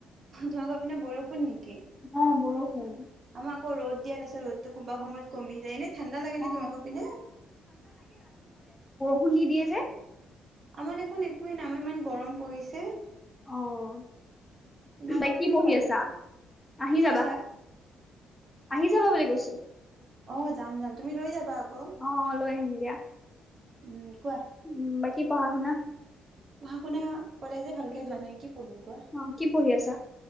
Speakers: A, on the right; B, on the left.
A: তোমাকৰ পিনে বৰষুণ নেকি?
B: অ' বৰষুণ।
A: আমাৰ আকৌ ৰ'দ দিয়ে তাৰপিছত ৰ'দতো কোনোবা সময়ত কমি যায় ন ঠাণ্ডা লাগে ন
B: অ
A: তোমাকৰ পিনে?
B: খুন্দি দিয়ে যে।
A: আমাৰ দেখুন একোৱেই আমাৰ ইমান গৰম পৰিছে।
B: অ'
A: তোমালোকৰ
B: তাই
A: তাতে
B: কি পঢ়ি
A: ভাল
B: আছা?
A: দেখোন
B: আহি
A: কি
B: যাবা,
A: কৈছা
B: আহি যাবা বুলি কৈছোঁ। <inaudible>
A: অ' যাম-যাম তুমি লৈ যাবা আকৌ
B: অহ লৈ আহিম দিয়া।
A: উম, কোৱা
B: উম বা কি পঢ়া শুনা
A: পঢ়া শুনা কলেজে ভালকে জোৱা নাই। পঢ়িম কোৱা
B: অ' কি পঢ়ি আছা?